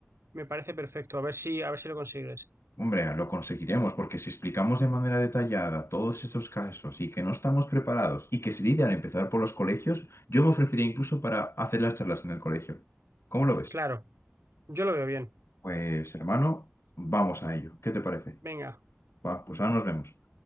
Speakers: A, on the right; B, on the left.
A: Me parece perfecto. A ver si, a ver si lo consigues.
B: Hombre, lo conseguiremos porque si explicamos de manera detallada todos estos casos y que no estamos preparados y que se lidia al empezar por los colegios, yo me ofrecería incluso para hacer las charlas en el colegio. ¿Cómo lo ves?
A: Claro, yo lo veo bien.
B: Pues hermano, vamos a ello. ¿Qué te parece?
A: Venga.
B: Va, pues ahora nos vemos.